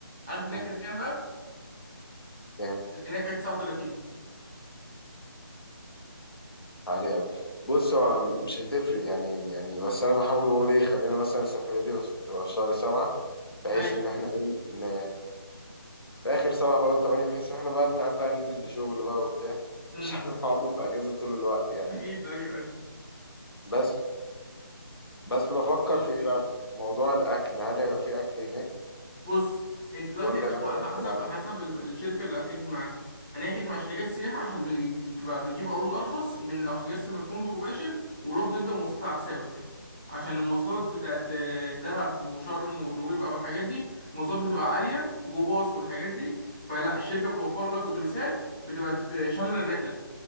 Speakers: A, in the centre; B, on the left (about 85°).
A: عارف هناك
B: مم،
A: كانت كام بقى؟
B: فاهم
A: هناك كانت 39
B: عالي أوي بص هو
A: اه
B: م- مش هتفرق يعني يعني بس أنا بحاول بقول إيه خلينا مثلا السفرية دي بس تبقى في شهر سبعة بحيث
A: ماشي
B: إن إحنا إيه ن... في آخر سبعة في أول تمانية بحيث إن إحنا بقى أنت عارف بقى ننزل لشغل بقى وبتاع
A: امم
B: مش <laughs> هنقعد في أجازة طول الوقت
A: <laughs>
B: يعني
A: أكيد أيوه أيوه
B: بس بس بفكر
A: طب خلاص
B: في إيه
A: ماشي
B: بقى في موضوع الأكل هل هيبقى في أكل هناك؟
A: بص انت دلوقتي
B: ولا ناخد
A: على
B: اكل
A: حسب
B: معانا
A: على حسب ال- الشركه اللي هتحجز معاها انا هحجز مع شركات سياحه عشان بتج- بتبقى بتجيب عروض ارخص من لو حجزت من الفندق مباشر ورحت انت مواصلات على حسابك عشان المواصلات بتاعت آه، دهب وشرم ونويبع والحاجات دي المواصلات بتبقى عاليه في جو باص والحاجات دي فلا الشركه بتوفر لك اتوبيسات بتبقى تت- شامله الرحله